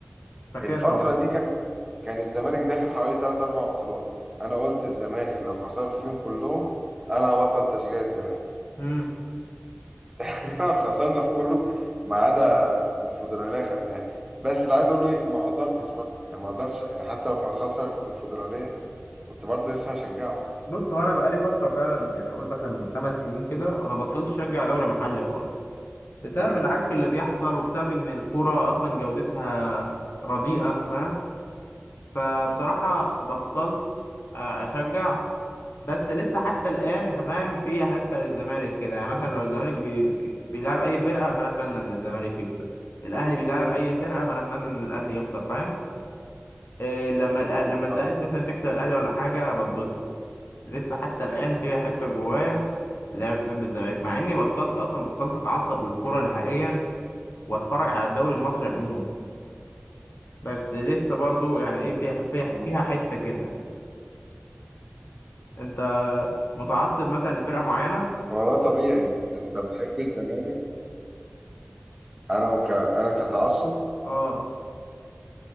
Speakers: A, on the left; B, on the right.
A: فاكرها
B: الفترة دي كان كان الزمالك داخل حوالي 3 4 بطولات انا قلت الزمالك لو خسر فيهم كلهم انا هبطل تشجيع الزمالك
A: امم
B: <laughs> خسرنا في كله ما عدا الكونفدرالية خدناها بس اللي عايز اقوله ايه ما قدرتش برضه يعني ما قدرتش يعني حتى لو كان خسر الكونفدرالية كنت برضه لسه هشجعه
A: بص هو انا بقالي فتره فعلا يعني اقول مثلا من خمس سنين كده انا بطلت اشجع دوري محلي خالص بسبب
B: امم
A: العك اللي بيحصل وبسبب ان الكوره اصلا جودتها رديئه فاهم فبصراحه بطلت آه، اشجع بس لسه حتى الآن أنت فاهم في حتة للزمالك كده يعني مثلا لو الزمالك بي... بي... بيلعب أي فرقة فأنا أتمنى إن الزمالك يكسب الأهلي بيلعب أي فرقة فأنا أتمنى إن الأهلي يخسر فاهم إيه لما الأ... لما الزمالك
B: اه
A: مثلا بيكسب الأهلي ولا حاجة بتبسط لسه حتى الآن فيها حتة جوايا اللي هي بتحب الزمالك مع إني بطلت أصلا بطلت أتعصب للكورة نهائيا وأتفرج على الدوري المصري عموما بس لسه برضو يعني إيه فيها فيها
B: امم
A: فيها حتة كده أنت متعصب مثلا لفرقة معينة؟
B: ما هو ده طبيعي يعني انت أنت بتحب الزمالك انا ك... انا كتعصب
A: اه